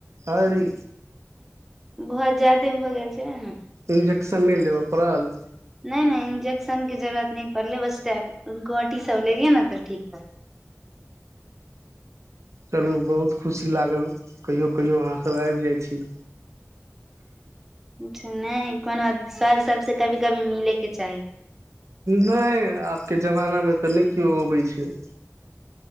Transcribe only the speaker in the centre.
बहुत जायदे भऽ गेल छै ने।
नै- नै इंजेक्शन के जरुरत नहि पड़ले, बस टैब-गोटी सब लेलियै ने तऽ ठीक रहलै।
अच्छा नै कोहनो सैर सबसँ कभी- कभी मिलेके चाही।